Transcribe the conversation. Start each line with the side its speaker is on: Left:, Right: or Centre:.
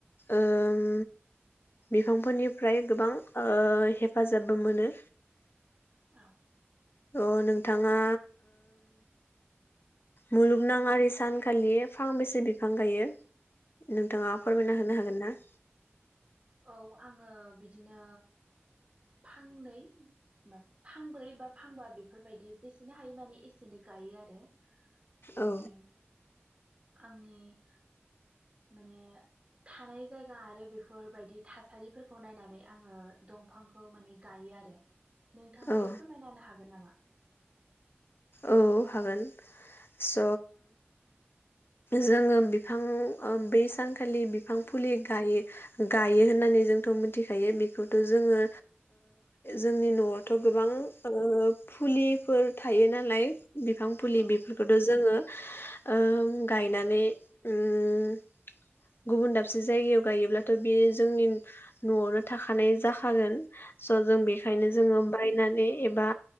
Left: ओम बिफांफोरनिफ्राय गोबां ओ हेफाजाबबो मोनो।
Right: औ।
Left: अ नोंथाङा मुलुगनाङि सानखालि फांबेसे बिफां गायो नोंथाङा फोरमायना होनो हागोन ना।
Right: औ आङो बिदिनो फांनै म फांब्रै बा फांबा बेफोरबायदि जेसेनो हायो माने एसेनै गायो आरो। माने
Left: औ।
Right: आंनि माने थानाय जायगा आरो बेफोर। बायदि थासारिफोरखौ नायनानै आङो दंफांखौ माने गायो आरो। नोंथाङाबो
Left: औ
Right: फोरमायनो हागोन। नामा
Left: औ हागोन स' जोङो बिफां बै सानखालि बिफां फुलि गायो गायो होननानै जोंथ' मिथिखायो बेखौथ' जोङो जोंनि न'आवथ' गोबां फुलिफोर थायोना। लाइक। बिफां फुलि
Right: औ
Left: बेफोरखौथ' जोङो ओं गायनानै ओम गुबुन दाबसे जायगायाव गायोब्लाथ' बे जोंनि न'आवनो थाखानाय जाखागोन। स' जों बेनिखायनो
Right: औ
Left: जोङो। बायनानै एबा